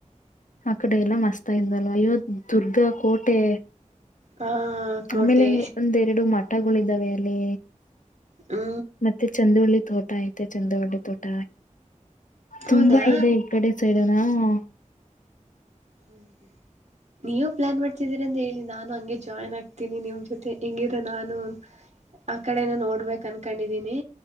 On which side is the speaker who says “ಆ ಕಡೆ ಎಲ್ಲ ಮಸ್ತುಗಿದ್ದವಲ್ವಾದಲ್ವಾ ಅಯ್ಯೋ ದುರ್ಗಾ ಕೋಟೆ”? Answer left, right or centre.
Left